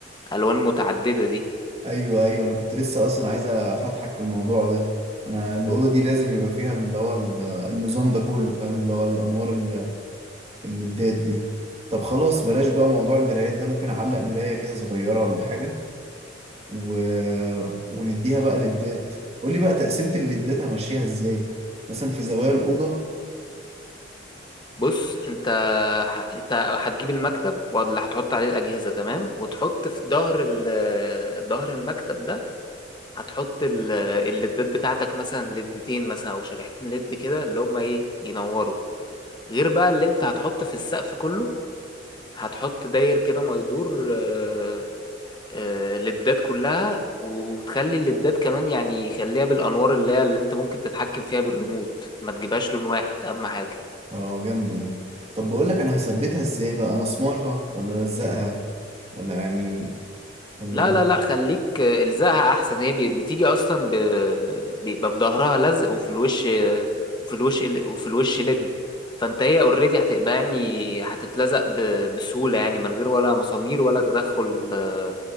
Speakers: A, on the left; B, on the right.
A: ألوان متعددة دي
B: ايوه ايوه انا كنت لسه اصلا عايز افتحك في الموضوع ده انا الاوضه دي لازم يبقى فيها اللي هو ال- النظام ده كله فاهم اللي هو الانوار ال- اللي الدات دي طب خلاص بلاش بقى موضوع المرايات ده ممكن اعلق مرايه كده صغيره ولا حاجه و... ونديها بقى للدات قولي بقى تقسيمه الليدات همشيها ازاي مثلا في زوايا الاوضه
A: بص انت ه- انت هتجيب المكتب واللي هتحط عليه الاجهزه تمام وتحط في ظهر ال- ظهر المكتب ده هتحط ال- الليدات بتاعتك مثلا ليدتين مثلا او شريحتين ليد كده اللي هما ايه ينوروا غير بقى اللي انت هتحط في السقف كله هتحط داير كده ما يدور آه، آه، ليدات كلها وتخلي الليدات كمان يعني خليها بالانوار اللي هي اللي انت ممكن تتحكم فيها بالريموت ما تجيبهاش لون واحد اهم حاجه
B: اه جامده دي طب بقول لك انا هثبتها ازاي بقى مسمارها ولا الزقها ولا يعني ولا
A: لا
B: ايه
A: لا لا خليك آه، الزقها احسن هي بي- بتيجي اصلا ب... بيبقى في ظهرها لزق وفي الوش آه، وفي الوش ال- وفي الوش لد فانت هي اوريدي هتبقى يعني هتتلزق ب... بسهولة يعني من غير ولا مسامير ولا تدخل آه،